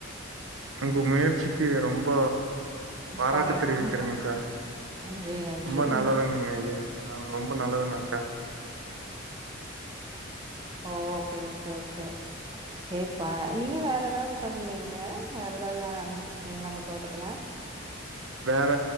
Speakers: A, on the right; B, on the right.
A: உங்க முயற்சிக்கு ரொம்ப பாராட்டு
B: பாராட்டுங்க
A: தெரிவிக்கிறேங்க்கா
B: நன்றி நன்றி
A: ரொம்ப நல்லதுங் கய்யே ஆ ரொம்ப நல்லதுங்க அக்கா
B: ஓகே ஓகே ஓகே சேர்ப்பா நீங்க வேற ஏதாவது பண்ணீங்க வேற ஏதாவது அம்ச்சு இருக்கீங்ளாங்க தோட்டத்துல
A: வேற